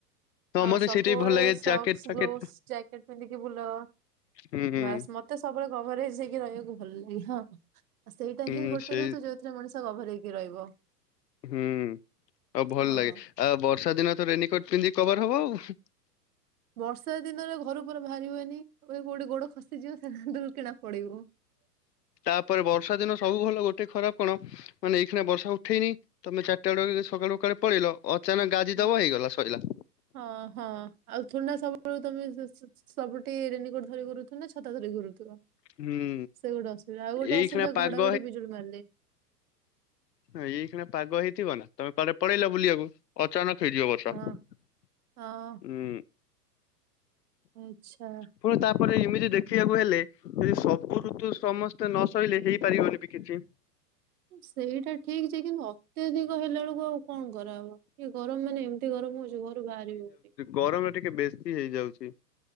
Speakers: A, on the right; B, on the left.
A: ହଁ
B: ମତେ
A: ସବୁବେଳେ
B: ସେଇଟା ବି ଭଲ
A: <unintelligible>
B: ଲାଗେ
A: <unintelligible>
B: ଜ୍ୟାକେଟ ଫ୍ୟାକେଟ
A: ଗ୍ଲୋସ୍ ଜ୍ୟାକେଟ ପିନ୍ଧିକି ବୁଲ।
B: ହୁଁ ହୁଁ
A: ମତେ ବାସ ସବୁବେଳେ କଭରେଜ ହେଇକି ରହିବାକୁ ଭଲ ଲାଗେ। ହଁ ସେଇଟା
B: ହୁଁ
A: ହିଁ ଗୋଟେ
B: ସେଇ
A: ଋତୁ ଯୋଉଥିରେ ମଣିଷ ଗଭର ହେଇକି ରହିବ।
B: ହୁଁ ଆଉ ଭଲ
A: ହଁ।
B: ଲାଗେ। ଆଉ ବର୍ଷା ଦିନ ତ ରେନିକୋଟ ପିନ୍ଧିକି କଭର ହବ ଆଉ।
A: ବର୍ଷା ଦିନରେ ଘରୁ ପୁରା ବାହାରି ହୁଏନି <unintelligible> କୋଉଠି ଗୋଡ ଖସିଯିବ ସେ ଦୁର୍ କିନା ପଡିବୁ।
B: ତାପରେ ବର୍ଷା ଦିନ ସବୁ ଭଲ, ଗୋଟେ ଖରାପ କଣ, ମାନେ ଏଇଖାନା ବର୍ଷା ଉଠେଇନି ତମେ ଚାରିଟା ବେଳକୁ ସକାଳୁ ପଳେଇଲ ଅ <unintelligible> ଗାଜିଦବ
A: ହୁଁ।
B: ହେଇଗଲା, ସଇଲା।
A: ହଁ ହଁ ଆଉ ଥୋଡି ସବୁବେଳୁ <unintelligible> ସବୁଠି ରେନିକୋଟ ଧରି ଘୁରୁଥିବ ନା ଛତା ଧରି ଘୁରୁଥିବ।
B: ହୁଁ
A: ସେ ଗୋଟେ ଅସୁବିଧା। ଆଉ ଗୋଟେ
B: ଏଇଖିଣା
A: ଅସୁବିଧା
B: ପାଗ
A: ଘଡଘଡି ବିଜୁଳି ମାରିଲେ।
B: ଏଇ କ୍ଷୀଣପାଗ ହେଇଥିବ ନା ତମେ କ ପଳେଇଲ ବୁଲିବାକୁ ଅଚାନକ ହେଇଯିବ ବର୍ଷା।
A: ହଁ
B: ହୁଁ।
A: ହଁ ଆଚ୍ଛା।
B: ପୁଣି ତାପରେ ଏମିତି ଦେଖିବାକୁ ହେଲେ, ଏ ସବୁ ଋତୁ ସମସ୍ତେ ନସହିଲେ ହେଇପାରିବନି ବି କିଛି।
A: ସେଇଟା ଠିକ୍ <unintelligible> ଅତ୍ୟଧିକ ହେଲା ବେଳକୁ ଆଉ କଣ କରାହେବ। ଏ ଗରମ ମାନେ ଏମିତି ଗରମ ହଉଛି ଘରୁ ବାହାରିବିହଉନି।
B: ଗରମରେ ଟିକେ ବେଶୀ ହେଇଯାଉଛି।